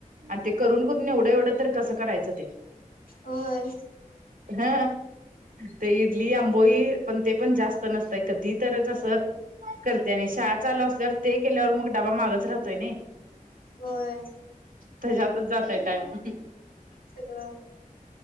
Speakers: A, on the right; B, on the left.
A: आणि ते करून करून एवढं एवढं तर कसं करायचं ते
B: होय
A: हा ते इडली आंबोई पण ते पण जास्त नसतय कधी तरच असं करते आणि शाळा चालू असल्यावर ते केल्यावर मग डाबा मागच राहतोय नाही
B: होय
A: त्याच्यातच जातय टाइम
B: सगळं